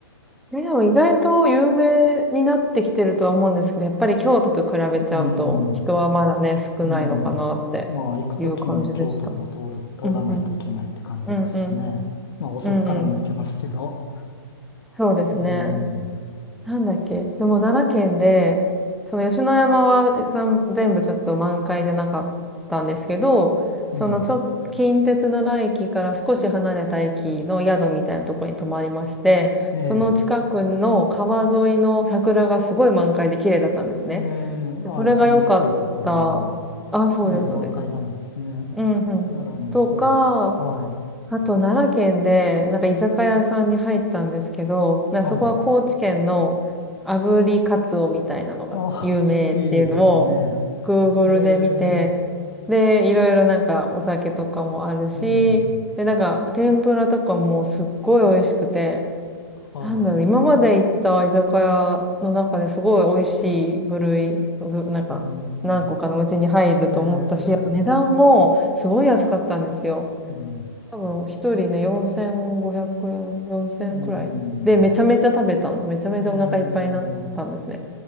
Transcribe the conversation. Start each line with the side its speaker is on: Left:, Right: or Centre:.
Centre: え、でも意外と有名になってきてるとは思うんですけど、やっぱり京都と比べちゃうと、
Left: うん、
Centre: 人はまだね、
Left: う
Centre: 少ないのかなっていう感じでした。
Left: ん。まあ、行くときに京都も通る、通らないといけないって感じですしね。
Centre: うんうん。うんうん。
Left: まあ、大阪からも行けますけど。
Centre: うんうん。そうですね。
Left: うん、
Centre: なんだっけ、でも奈良県で、その吉野山は全全部ちょっと満開じゃなかったんですけど、
Left: うん。
Centre: そのちょっと近鉄奈良駅から少し離れた駅の宿みたいなところに泊まりまして、
Left: ええ、
Centre: その近くの川沿いの桜がすごい満開で綺麗だったんですね。
Left: ええ、
Centre: でそれが良かった。
Left: あ、その低いところは、
Centre: あ、そうです、
Left: ええ満開なんですね。
Centre: そうです。うんうん。
Left: 奈良もそうです。
Centre: とか、
Left: はい、
Centre: あと、奈良県で、なんか居酒屋さんに入ったんですけど、なんかそこは高知県の炙りカツオみたいなのが有名っていうのを
Left: はい。あ、<laughs> いいですね。
Centre: Google
Left: ええ、
Centre: で見て、で、いろいろなんかお酒とかもあるし、
Left: うん、
Centre: で、なんか天ぷらとかもすっごい美味しくて、
Left: はい。
Centre: なんだろう、今まで行った居酒屋の中ですごい美味しい部類、ぶなんか何個かのうちに入ると思ったし、
Left: うん、えー、
Centre: あと値段もすごい安かったんですよ。
Left: うん、
Centre: 多分一人ね、4500円、4000くらい。
Left: うん、
Centre: で、めちゃめちゃ食べたの。めちゃめちゃお腹いっぱいになったんですね。
Left: えー、